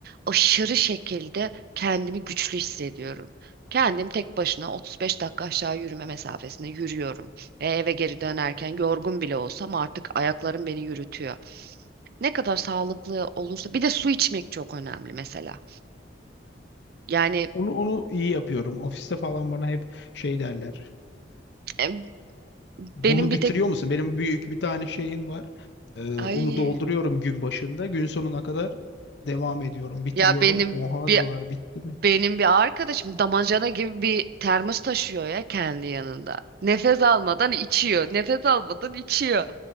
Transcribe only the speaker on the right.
aşırı şekilde kendimi güçlü hissediyorum. Kendim tek başına 35 dakika aşağı yürüme mesafesinde yürüyorum. Ve eve geri dönerken yorgun bile olsam artık ayaklarım beni yürütüyor. Ne kadar sağlıklı olursa bir de su içmek çok önemli mesela. Yani
em,
benim bir
tek
ay
ya benim
bir
benim bir arkadaşım damacana gibi bir termos taşıyor ya kendi yanında. Nefes almadan içiyor. Nefes almadan içiyor.